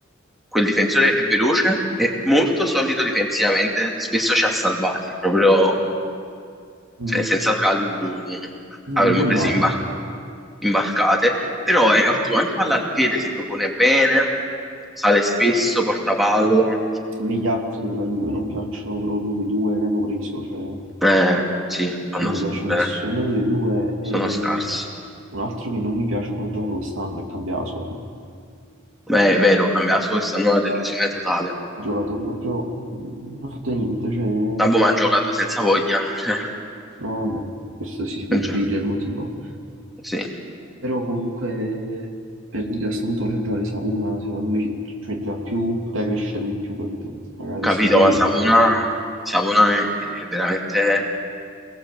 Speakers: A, in the centre; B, on the right.
A: quel difensore è veloce, è molto solido difensivamente, spesso ci ha salvati, proprio
B: Mm,
A: cioè senza Calulu
B: no,
A: avremmo
B: non è male.
A: preso in bar- imbarcate, però è ottimo anche palla al piede, si propone bene, sale spesso, porta palla,
B: A me gli altri della Juve non piacciono proprio quei due che hanno preso, cioè
A: eh, sì, fanno
B: non mi
A: s-
B: piace
A: bene,
B: nessuno dei due
A: sono
B: e
A: scarsi.
B: un altro che non mi piace come gioco quest'anno è Cambiaso, cioè,
A: Beh, è vero, cambiato quest'anno è una delusione totale.
B: giocato proprio, mm, non ha fatto niente, cioè, no
A: Tabo mi ha giocato senza voglia, <laughs>
B: vabbè, questo si può
A: Già,
B: intuire il motivo.
A: sì. Eh,
B: Però comunque per dire a questo punto faccio giocare Savona, secondo me ci, ci metteva più, poteva crescere di più, capito? Magari
A: ho capito,
B: se lo tenevano,
A: ma Savona, Savona è è veramente